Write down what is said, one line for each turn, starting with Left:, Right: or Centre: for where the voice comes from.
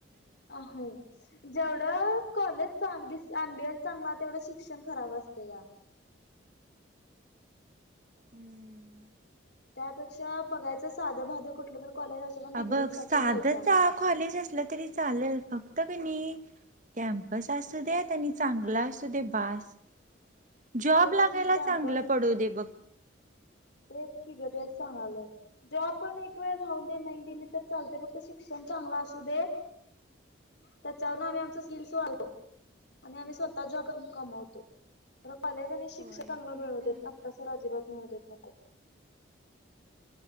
Left: अ जेवढं कॉलेज चांग दिस अम्बियन्स चांगला तेवढं शिक्षण खराब असते का
Right: हम्म,
Left: त्यापेक्षा बघायचं साधं भाधं कुठलं तर कॉलेज असं पण डिग्री
Right: अ बघ
Left: साठी
Right: साधं
Left: घ्यायचं आपण
Right: कॉलेज असलं तरी चालेल फक्त फत क नाही कॅम्पस असू देेत आणि चांगला असू दे भास जॉब
Left: तेच
Right: लागायला
Left: की कॅम्पस
Right: चांगलं पडो दे बघ
Left: तेच कि ग ते सांगलय जो आपण एक वेळ धावून दे नाही दिली तर चालते फक्त शिक्षण चांगला असू दे त्याच्यावर आम्ही आमचा स्किल्स वाढतो आणि आम्ही स्वतः जॉ कमवतो कॉलेज आणि शिक्षण
Right: होय
Left: चांगलं
Right: ते
Left: मिळू
Right: तर
Left: देत
Right: आहे.
Left: आत्तास अजिबात मिळू देत नको